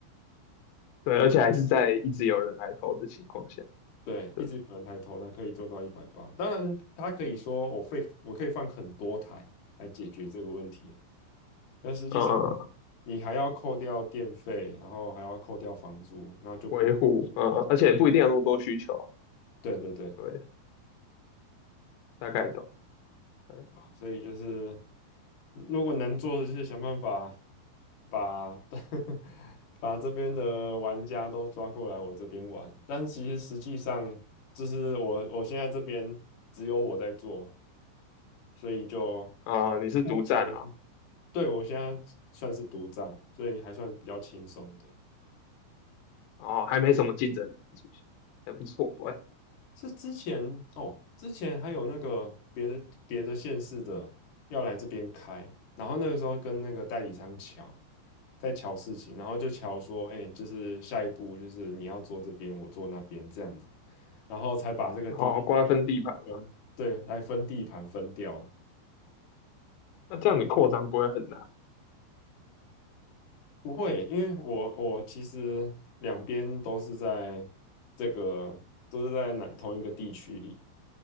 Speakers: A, on the left; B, on the left.
A: 对，而且还是在一直有人来投的情况下，
B: 对，
A: 对，
B: 一直有人抬头，它可以做到一百八。当然，他可以说我费我可以放很多台来解决这个问题，但实际上
A: 嗯嗯，
B: 你还要扣掉电费，然后还要扣掉房租，然后就不，
A: 维护，嗯，嗯而且不一定有那么多需求，
B: 对对对，
A: 对，大概懂，大概懂
B: 所以就是如果能做的就是想办法。把 <laughs> 把这边的玩家都抓过来我这边玩，但其实实际上就是我我现在这边只有我在做，所以就
A: 啊、你是独占啊，
B: 目前对我现在算是独占，所以还算比较轻松的。
A: 哦，还没什么竞争出现，还不错哎、
B: 是之前哦，之前还有那个别的别的县市的要来这边开，然后那个时候跟那个代理商抢。在瞧事情，然后就瞧说，哎、就是下一步就是你要坐这边，我坐那边这样子，然后才把这个地区
A: 然瓜分地盘嘛，
B: 分，对，来分地盘分掉啊。
A: 那这样你扩张不会很难
B: 不会，因为我我其实两边都是在这个都是在哪同一个地区里，